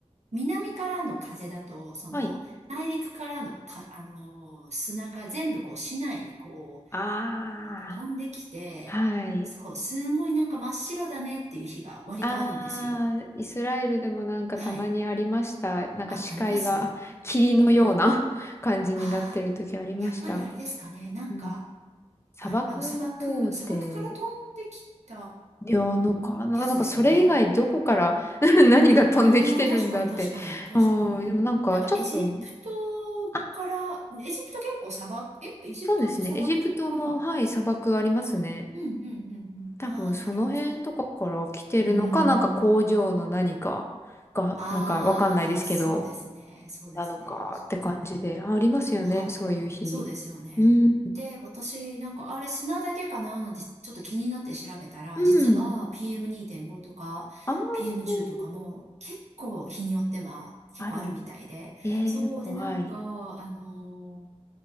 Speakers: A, on the right (about 75°); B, on the left (about 20°).
A: 南からの風だと、その、
B: はい。
A: 内陸からのか、あの、砂が全部こう市内にこう、
B: あ
A: て言って飛んできて、
B: あ、はい。
A: そう、すんごいなんか真っ白だねっていう日が割とあるんですよ。
B: ああ、イスラエルでもなんかたまにありました。
A: はい。
B: なんか視界が
A: あ、あります
B: <laughs> 霧のような <laughs> 感じになってる時ありました。
A: ああやっぱりあれですかね。なんか、
B: うん。砂漠の方で、
A: あれ、あの、砂漠、砂漠から飛んできた
B: いや、のかな、
A: やつですかね。
B: なんかそれ以外どこから <laughs> 何が飛んできてるんだって。
A: ああ、確かに確かに確かに。
B: ああ、でもなんかちょっと、
A: なんかエジプトから、
B: あ、
A: エジプト結構砂漠、え、エジプトって砂漠かな
B: そうですね。エジプトも、はい、砂漠ありますね。
A: うんうんうんうん。
B: 多分その辺とかから来てるのか、
A: ああ、なるほど。うーん。
B: なんか工場の何かが、
A: ああ、
B: なんかわかんないですけど、
A: そうですね。そうですね。
B: なのかって感じで、
A: そうそう。
B: あ、ありますよね、
A: はい。
B: そういう日。
A: そうですよね。
B: うん。
A: で、私、なんか、あれ砂だけかななんて、ちょっと気になって調べたら、
B: うん。
A: 実は PM2.5 とか
B: あー
A: PM10 とかも結構日によっては結構あるみたいで、
B: ある。えー、
A: そうで、
B: 怖い。
A: なんか、あのー